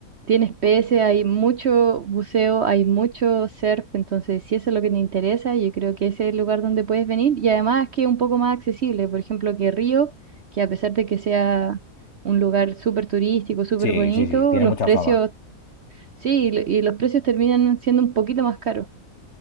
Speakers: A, on the right; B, on the left.
A: tienes peces, hay mucho buceo, hay mucho surf. Entonces, si eso es lo que te interesa, yo creo que ese es el lugar donde puedes venir y además que es un poco más accesible. Por ejemplo, que Río, que a pesar de que sea un lugar súper turístico, súper
B: sí,
A: bonito,
B: sí, sí, tiene
A: los
B: mucha
A: precios
B: fama.
A: Sí, y lo- y los precios terminan siendo un poquito más caros.